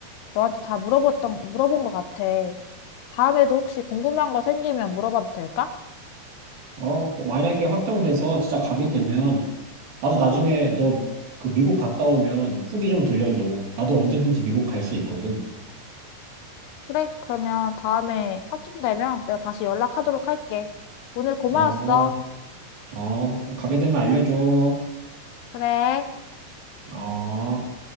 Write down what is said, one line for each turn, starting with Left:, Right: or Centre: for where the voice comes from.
Left: 너한테 다 물어봤던, 물어본 것 같아. 다음에도 혹시 궁금한 거 생기면 물어봐도 될까?
Right: 어, 뭐 만약에 확정돼서 진짜 가게 되면 나도 나중에 너 그 미국 갔다 오면 후기 좀 들려줘. 나도 언제든지 미국 갈 수 있거든.
Left: 그래, 그러면 다음에 확정되면 내가 다시 연락하도록 할게. 오늘 고마웠어.
Right: 어, 어, 가게 되면 알려줘.
Left: 그래.
Right: 어.